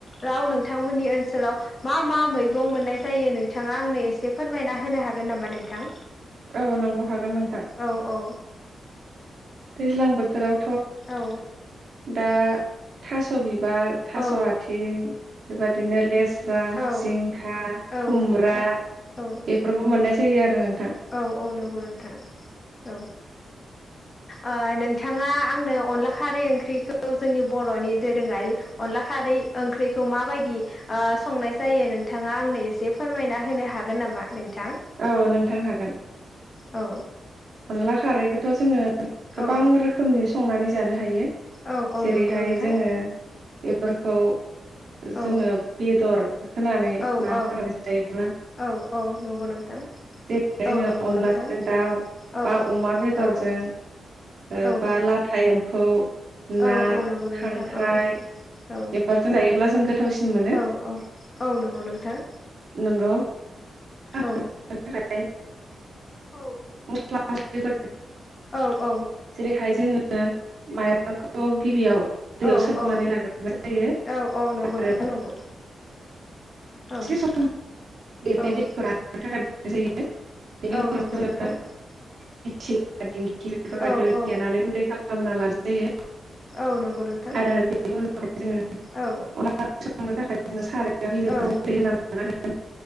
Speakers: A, on the left (about 30°); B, on the right (about 50°).
A: राव नोंथांमोननि ओनसोलाव मा मा मै मैगं मोननाय जायो नोंथाङा आंनो एसे फोरमायना होनो हागोन नामा नोंथां
B: औ नंगौ हागोन नोंथां
A: औ औ
B: दैज्लां बोथोराव
A: औ
B: दा थास' बिबार थास'
A: औ
B: आथिं बेबदिनो लेस रा
A: औ
B: जिंखा
A: औ
B: खुमब्रा
A: औ
B: बेफोरखौ मोननाय जायो आरो नों
A: औ औ नगौ नोथां औ ओ नोंथाङा आंनो अनला खारै ओंख्रिखौ जोंनि बर'नि दोरोङारि अनला खारै इओंख्रिखौ माबायदि ओ संनाय जायो नोंथाङा आंनो एसे फोरमायना होनो हागोन नामा? नोंथां?
B: औ नोंथां हागोन
A: औ
B: अनला खारैखौथ' जोङो गोबां
A: औ
B: रोखोमनि संनानै जानो हायो
A: औ औ
B: जेरैहाय
A: नंगौ नोंथां
B: जोङो बेफोरखौ
A: औ
B: जोङो बेदर होनानै
A: औ
B: ना होनानै
A: औ
B: जायोब्ला
A: औ औ नंगौ नोंथां
B: जेरै
A: औ
B: जोङो
A: नंगौ
B: अनलाजों
A: नोंथां
B: दाउ
A: औ
B: बा अमा बेदरजों
A: औ
B: ओ
A: औ
B: बा लाथा एम्फौ ना
A: औ औ नंगौ नोंथां
B: खांख्राइ
A: औ औ
B: बेफोरजों जायोब्ला जों गोथावसिन मोनो
A: औ औ नंगौ नोंथां
B: नंगौ <unintelligible>
A: औ औ
B: क्ला <unintelligible>
A: औ-औ
B: जेरैहाय जोङो माइरंखौ गिबियाव दैयाव
A: औ
B: सोमनानै
A: औ
B: लागोरनाय जायो
A: औ औ नंगौ
B: आरो
A: नोंथां नंगौ औ
B: सम <unintelligible> बेनि
A: औ
B: दैखौ राननो थाखाय दोननाय जायो बेनि
A: औ
B: उनाव जोङो
A: <inaudible>
B: सि दिंखि बेफोरबायदियाव
A: औ औ
B: देनानै गुन्दै खालामना लानाय जायो
A: औ नंगौ नोंथां
B: आरो बेनि उनाव जोङो अनला ओंख्रि
A: औ
B: सं संनो थांनो थाखाय जोङो सारायाव गिबियाव
A: औ
B: दै होना लानांगोन